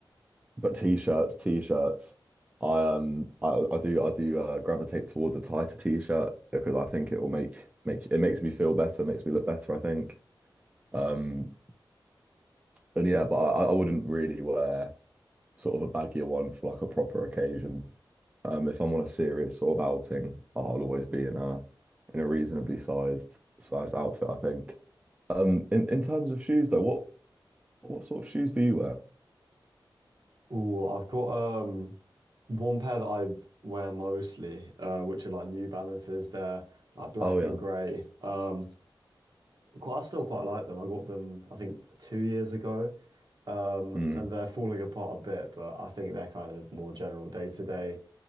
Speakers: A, on the right; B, on the right.
A: but t-shirts, t-shirts. I um I, I do I do uh, gravitate towards a tighter t-shirt because I think it will make make it makes me feel better, makes me look better, I think. Um and yeah, but I, I wouldn't really wear sort of a baggier one for like a proper occasion. Um, if I'm on a serious sort of outing, I'll always be in a in a reasonably sized sized outfit, I think. Um, in in terms of shoes though, what what sort of shoes do you wear?
B: Ooh, I've got um one pair that I wear mostly, uh, which are like New Balances. They're like black
A: Oh yeah.
B: and grey. Um, quite, I still quite like them. I got them, I think, two years ago. Um,
A: Mm,
B: and they're falling apart a bit, but I think they're kind of more general day to day,